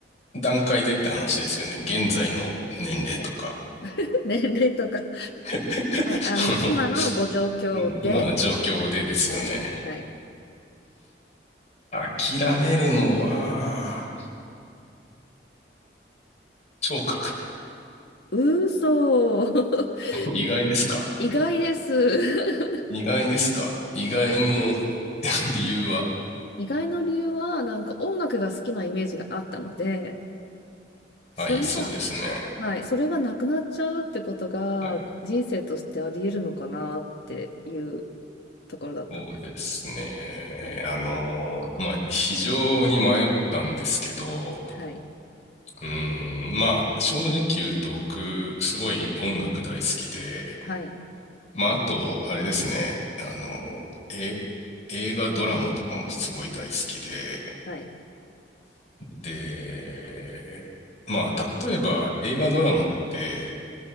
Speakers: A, on the left; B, on the left.
A: 段階でって話ですよね。現在の年齢とか、
B: はい。<laughs> 年齢とか。
A: <laughs>
B: はい。あの、
A: この、
B: 今のご状況で。
A: うん今、状況でですよね。
B: はい。はい。
A: 諦めるのは、聴覚。
B: 嘘。<laughs>
A: 意外ですか
B: 意外です。
A: 意外ですか意外の <laughs> 理由は。
B: <laughs> 意外の理由は、なんか音楽が好きなイメージがあったので、それが
A: はい、そうですね。
B: はい、それがなくなっちゃうってことが人生としてあり得るのかなっていう
A: はい、
B: ところだったんです。
A: そうですね。
B: はい、
A: あの、まあ、非常に迷ったんですけど、
B: はい、
A: うーん、まあ、正直言うと僕、すごい音楽大好きで、
B: はい、
A: まあ、あと、あれですね、あの、え、映画、ドラマとかもすごい大好きで、
B: はい、
A: で、まあ、例えば映画、ドラマって